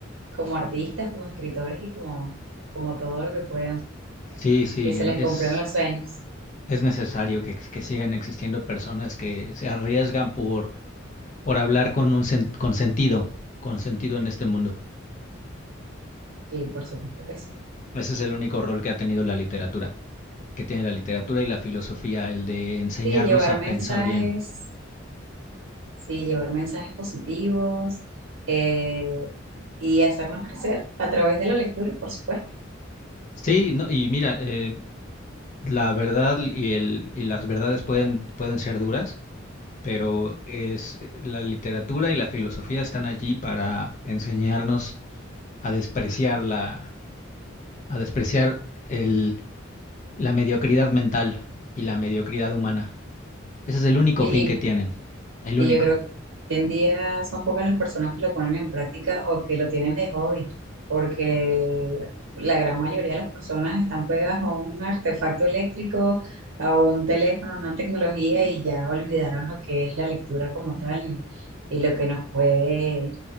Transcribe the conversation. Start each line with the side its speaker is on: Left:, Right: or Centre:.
Right: como artistas, como escritores y como, como todo lo que puedan,
Left: Sí, sí,
Right: que se les
Left: es,
Right: cumplan los sueños.
Left: es necesario que, que sigan existiendo personas que se arriesgan por, por hablar con un sen- con sentido, con sentido en este mundo.
Right: Sí, por supuesto que sí.
Left: Ese es el único rol que ha tenido la literatura, que tiene la literatura y la filosofía, el de enseñarnos
Right: Sí, llevar
Left: a pensar
Right: mensajes,
Left: bien.
Right: sí, llevar mensajes positivos eh, y hacernos crecer a través de la lectura, por supuesto.
Left: Sí, no, y mira, eh, la verdad y el, y las verdades pueden, pueden ser duras, pero es la literatura y la filosofía están allí para enseñarnos a despreciar la, a despreciar el, la mediocridad mental y la mediocridad humana. Ese es el único
Right: Y,
Left: fin que tienen, el
Right: y
Left: único.
Right: yo creo Hoy en día son pocas las personas que lo ponen en práctica o que lo tienen de hobby, porque la gran mayoría de las personas están pegadas a un artefacto eléctrico, a un teléfono, a una tecnología y ya olvidaron lo que es la lectura como tal y, y lo que nos puede,